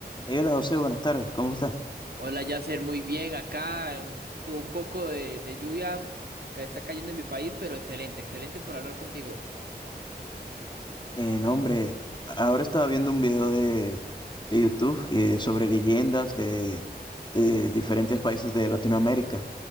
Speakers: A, on the left; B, on the right.
A: Hey, hola José, buenas tardes, ¿cómo estás?
B: Hola, Yasser, muy bien. Acá un, hubo un poco de, de lluvia que está cayendo en mi país, pero excelente, excelente por hablar contigo.
A: Eh, no, hombre, ahora estaba viendo un video de, de YouTube eh, sobre leyendas de, de diferentes países de Latinoamérica